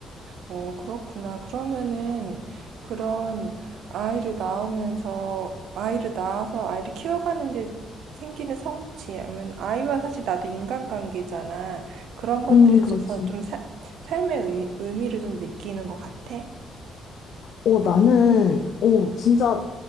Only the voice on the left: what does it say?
음,
그렇지.
어, 나는, 어, 진짜,